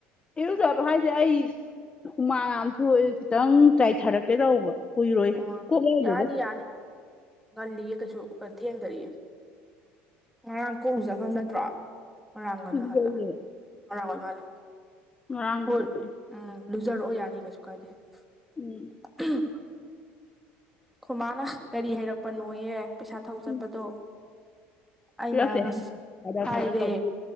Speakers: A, on the left; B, in the centre.
A: ꯏꯨꯖꯕ ꯍꯥꯏꯁꯦ ꯑꯩ ꯍꯨꯃꯥꯡ ꯌꯥꯝ ꯊꯣꯛꯑꯦ ꯈꯤꯇꯪ ꯆꯥꯏꯊꯔꯛꯀꯦ ꯇꯧꯕ ꯀꯨꯏꯔꯣꯏ
B: ꯑꯣ
A: ꯀꯣꯛ ꯌꯥꯎꯗꯦꯗ
B: ꯌꯥꯅꯤ ꯌꯥꯅꯤ ꯉꯜꯂꯤꯌꯦ ꯀꯩꯁꯨ ꯊꯦꯡꯗꯔꯤꯌꯦ ꯉꯔꯥꯡ ꯀꯣꯛ ꯆꯈ꯭ꯔꯕ ꯅꯠꯇ꯭ꯔꯣ ꯉꯔꯥꯡ ꯉꯟꯅ
A: ꯑꯗꯨꯗꯒꯤ
B: ꯍꯜꯂ ꯉꯔꯥꯡ ꯑꯣꯢ ꯃꯥꯜꯂꯦ
A: ꯉꯔꯥꯡ
B: ꯍꯣꯏ
A: <unintelligible>
B: ꯎꯝ ꯂꯨꯖꯔꯛꯑꯣ ꯌꯥꯅꯤ ꯀꯩꯁꯨ ꯀꯥꯏꯗꯦ
A: ꯎꯝ
B: <unintelligible> ꯈꯣꯃꯥꯅ ꯀꯔꯤ ꯍꯩꯔꯛꯄꯅꯣꯌꯦ ꯄꯩꯁꯥ ꯊꯧ ꯆꯠꯄꯗꯣ
A: ꯎꯝ
B: ꯑꯩꯅ
A: ꯄꯤꯔꯛꯇꯦ
B: ꯉꯁ
A: ꯈꯗꯔ
B: ꯍꯥꯏꯔꯦ
A: ꯈꯗꯔ ꯇꯧ